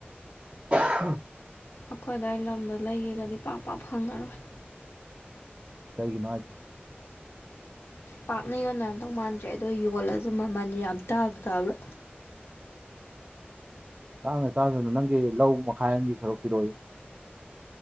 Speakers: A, on the right; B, on the left.
A: <unintelligible>
B: ꯑꯈꯣꯏ ꯑꯗ꯭ꯋꯥꯏ ꯂꯝꯗꯣ ꯂꯩꯒꯦꯒꯥꯗꯤ ꯄꯥꯛ ꯄꯥꯛ ꯐꯪꯉꯔꯣꯏ
A: ꯀꯩꯒꯤꯅꯣ ꯍꯥꯏꯁꯦ
B: ꯄꯥꯛꯅ ꯌꯣꯟꯅꯗꯧ ꯃꯥꯟꯗ꯭ꯔꯦ ꯑꯗꯣ ꯌꯣꯜꯂꯁꯨ ꯃꯥꯃꯟ ꯌꯥꯝ ꯇꯥꯡ ꯇꯥꯡꯅ
A: ꯇꯥꯡꯒꯦ ꯇꯥꯡꯁꯨꯅ ꯅꯪꯒꯤ ꯂꯧ ꯃꯈꯥꯏ ꯑꯃꯥꯒꯤ ꯁꯔꯨꯛꯄꯤꯔꯛ ꯑꯣꯌꯣ